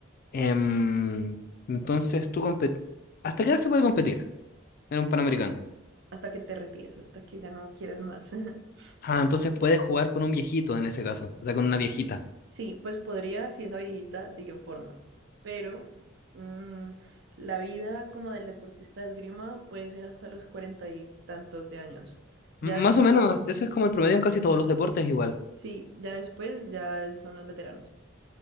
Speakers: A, on the left; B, on the right.
A: em, entonces tú competir. ¿Hasta qué edad se puede competir en un Panamericano?
B: Hasta que te retires, hasta que ya no quieras más. <laughs>
A: Ah,
B: La-
A: entonces puedes jugar con un viejito en ese caso, o sea, con una viejita.
B: Sí, pues podría si esa viejita sigue en forma, pero mm, la vida como del deportista de esgrima puede ser hasta los cuarenta y tantos de años. Ya
A: M- más
B: después,
A: o menos, eso es como el promedio en casi todos los deportes igual.
B: sí, ya después ya son los veteranos.